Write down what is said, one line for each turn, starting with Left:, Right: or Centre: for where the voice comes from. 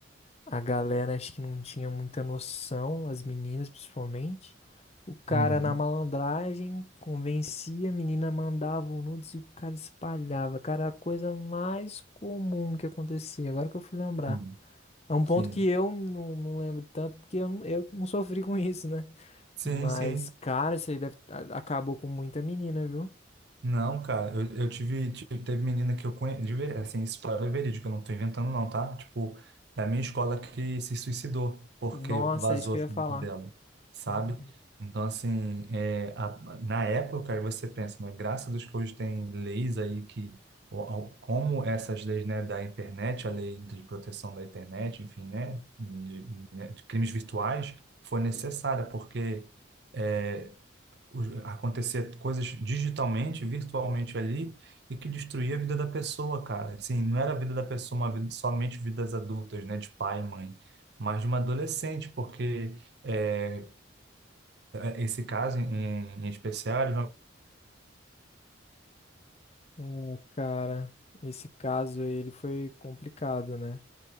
Left: a galera acho que não tinha muita noção, as meninas principalmente. O cara
Right: Uhum,
Left: na malandragem convencia, a menina mandava o nudes e o cara espalhava. Cara, era a coisa mais comum que acontecia, agora que eu fui lembrar.
Right: uhum.
Left: É um
Right: Sim,
Left: ponto que eu não, não lembro tanto, porque eu, não- eu não sofri com isso, né?
Right: sim,
Left: Mas,
Right: sim.
Left: cara, isso aí deve- a- acabou com muita menina, viu?
Right: Não, cara, eu, eu tive, tive, teve menina que eu conheço, de ver- assim, história verídica, eu não tô inventando não, tá? Tipo, da minha escola que se suicidou, porque
Left: Nossa,
Right: vazou
Left: é isso que eu
Right: junto
Left: ia falar.
Right: dela, sabe?
Left: Uhum.
Right: Então, assim, é, a- na época, aí você pensa, né, graças a Deus que hoje tem leis aí que, o- o- como essas leis, né, da internet, a lei de proteção da internet, enfim, né, de, né, de crimes virtuais, foi necessária, porque... é, os- acontecer coisas digitalmente, virtualmente ali, e que destruía a vida da pessoa, cara. Assim, não era a vida da pessoa, uma vida, somente vidas adultas, né, de pai e mãe, mas de uma adolescente, porque é, esse caso em, em especial, ele vai-
Left: É, cara, esse caso aí, ele foi complicado, né?